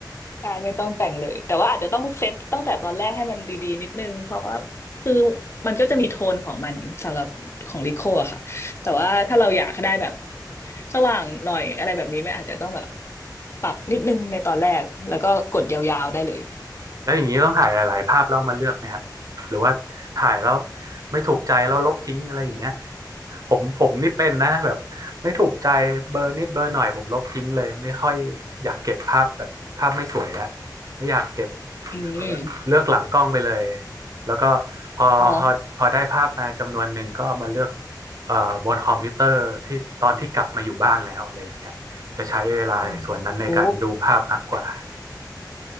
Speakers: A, on the left; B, on the right.
A: ใช่ไม่ต้องแต่งเลยแต่ว่าอาจจะต้องเซตตั้งแต่ตอนแรกให้มันดีๆนิดนึงเพราะว่าคือมันก็จะมีโทนของมันสำหรับของลิโคอะค่ะแต่ว่าถ้าเราอยากให้ได้แบบสว่างหน่อยอะไรแบบนี้ไม่อาจจะต้องแบบปรับนิดนึงในตอนแรกแล้วก็กดยาวๆได้เลย
B: แล้วอย่างนี้ต้องถ่ายหลาย ๆ ภาพแล้วเอามาเลือกนะครับหรือว่าถ่ายแล้วไม่ถูกใจแล้วลบทิ้งอะไรอย่างเงี้ยผมผมนี่เป็นนะแบบไม่ถูกใจเบอร์นิดเบอร์หน่อยผมลบทิ้งเลยไม่ค่อยอยากเก็บภาพแบบภาพไม่สวยอะไม่อยากเก็บ
A: อืม
B: เออเลือกหลังกล้องไปเลยแล้วก็พอพอพอได้ภาพมาจำนวนหนึ่งก็เอามาเลือก
A: อ๋อ
B: เอ่อบนคอมพิวเตอร์ที่ตอนที่กลับมาอยู่บ้านแล้วอะไรอย่างเงี้ยจะใช้เวลาในส่วนนั้นในการดูภาพมากกว่า
A: อ๋อโอ้